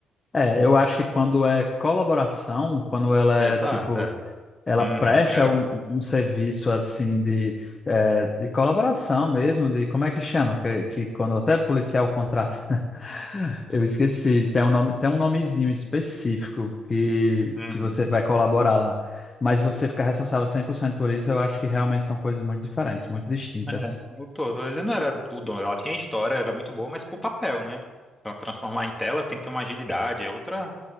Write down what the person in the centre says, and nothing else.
Exato.
é.
Uhum.
Era.
Uhum.
É, eu tô, tô dizendo, não era o dono. Ela tinha história, era muito boa, mas pro papel, né? Pra transformar em tela tem que ter uma agilidade, é outra,